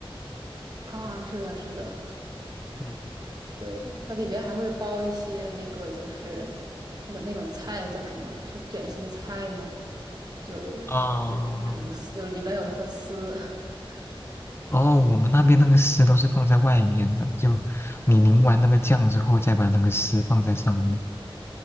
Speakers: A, on the right; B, on the left.
A: 啊，是的，是的，
B: 嗯
A: 对，它里边还会包一些那个就是那个那种菜叫什么？是卷心菜吗？就然后那种丝有里边有它的丝。
B: 啊。哦
A: <laughs>
B: 哦，我们那边那个丝都是放在外面的，就你淋完那个酱之后，再把那个丝放在上面。